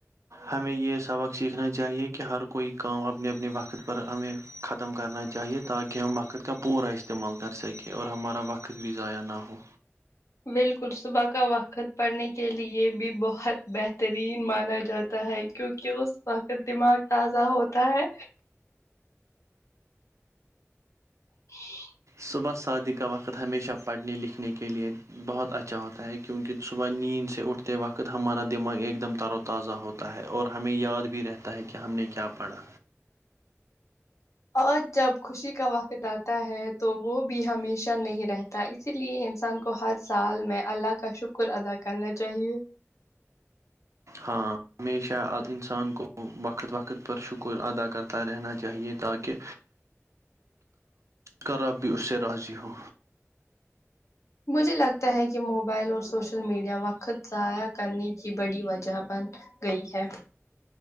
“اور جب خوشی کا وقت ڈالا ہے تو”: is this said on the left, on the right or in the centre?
Left